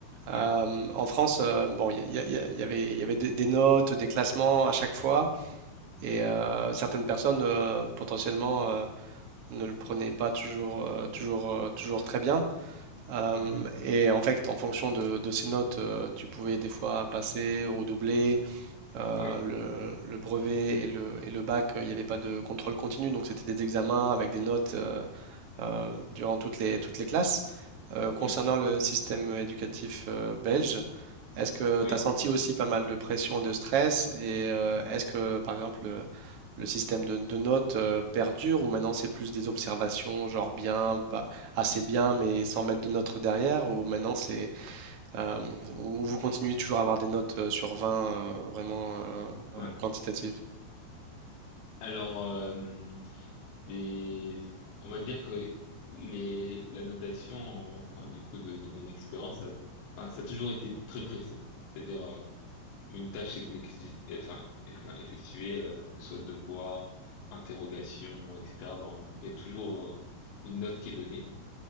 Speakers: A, on the right; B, on the left.
A: Euh,
B: ouais,
A: en France, euh, bon, il y, a- il y a- il y avait, il y avait des, des notes, des classements à chaque fois, et euh, certaines personnes euh, potentiellement euh, ne le prenait pas toujours, euh, toujours, euh, toujours très bien. Euh,
B: mhm,
A: et en fait, en fonction de, de ces notes, euh, tu pouvais des fois passer, redoubler. euh,
B: oui,
A: le, le brevet et le, et le bac, euh, il n'y avait pas de contrôle continu, donc c'était des examens avec des notes euh, euh, durant toutes les, toutes les classes. Euh, concernant
B: ouais,
A: le système éducatif euh, belge, est-ce que
B: oui,
A: tu as senti aussi pas mal de pression, de stress et euh, est-ce que par exemple le, le système de, de notes euh, perdure ou maintenant c'est plus des observations genre bien, pas assez bien mais sans mettre de notes derrière ou maintenant c'est euh, ou vous continuez toujours à avoir des notes euh, sur 20 euh, vraiment euh, euh,
B: ouais.
A: quantitatives?
B: Alors, euh, Et on va dire que les, la notation, enfin, du coup, de, de mon expérience, ça, enfin, ça a toujours été très précis. C'est-à-dire, euh, une tâche exécutée, enfin, eff- effectuée, euh, que ce soit devoir, interrogation, etc., ben, il y a toujours, euh, une note qui est donnée.